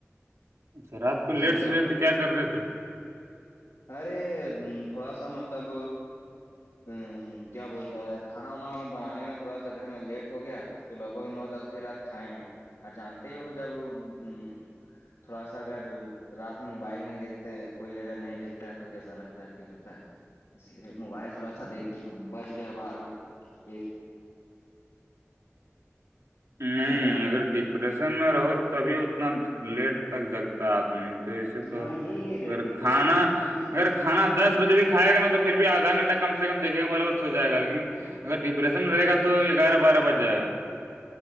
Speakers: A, on the right; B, on the left.
A: اچھا رات کو
B: سمجھا
A: لیٹ سے ہوئے تو کیا کر رہے تھے
B: ارے تھوڑا سا مطلب ہ کیا بولتا ہے کھانا وانا بنانے میں تھوڑا سا گھر میں لیٹ ہو گیا تو لگ بھگ نو دس بجے رات کھائے ہیں اور جانتے ہو جب ا تھوڑا ساگر رات میں موبائل نہیں دیکھتے ہیں کوئی اگر نہیں دیکھتا ہے تو کیسا لگتا ہے فیل ہوتا ہے اس لیے موبائل تھوڑا سا دیکھیں تو بچ گیا بارہ ایک
A: نہیں
B: سمجھا
A: اگر ڈپریشن میں رہو تبھی اتنا لیٹ تک جگتا آدمی تو ایسے تو
B: نہیں رے
A: اگر
B: ڈپریشن
A: کھانا
B: کس
A: اگر کھا دس بجے بھی کھائے گا تو پھر بھی آدھا گھٹہ کم سے کم دیکیں گا بےھ ہو جائےا لیکن اگر ڈپریشن میں رہے گا تو گیارہ بارہ بج جائے گا